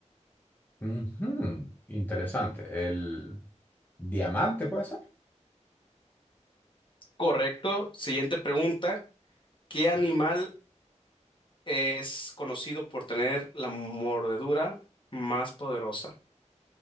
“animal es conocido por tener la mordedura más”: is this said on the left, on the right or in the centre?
Left